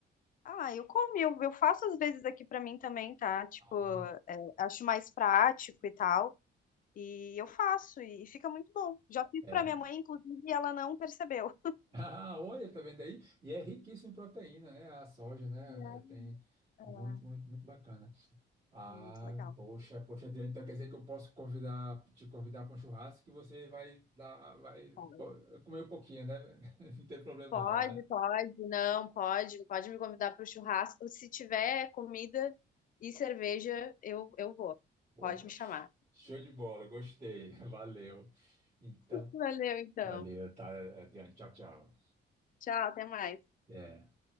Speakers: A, on the left; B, on the right.
A: Ah, eu comi, eu, eu faço às vezes aqui pra mim também, tá? Tipo,
B: Ah, não.
A: é, acho mais prático e tal. E eu faço, e, e fica muito bom. Já fiz
B: É.
A: pra minha mãe,
B: <laughs>
A: inclusive, e ela não percebeu.
B: Ah, olha, tá vendo aí? E é riquíssimo em proteína, né? A soja, né?
A: É
B: Tem muito,
A: é,
B: muito, muito bacana. Ah,
A: é muito legal.
B: poxa, poxa, Adriano, então quer dizer que eu posso convidar, te convidar para um churrasco que você vai dar, vai
A: Pode,
B: pô, comer um pouquinho, né? <laughs> Não tem problema
A: pode,
B: não, né?
A: pode, não, pode, pode me convidar para o churrasco. Se tiver comida e cerveja, eu, eu vou.
B: Opa,
A: Pode me
B: sh-
A: chamar.
B: show de bola, gostei, <laughs> valeu. Então,
A: Valeu, então.
B: valeu, tá, Adriano, tchau, tchau.
A: Tchau, até mais.
B: É.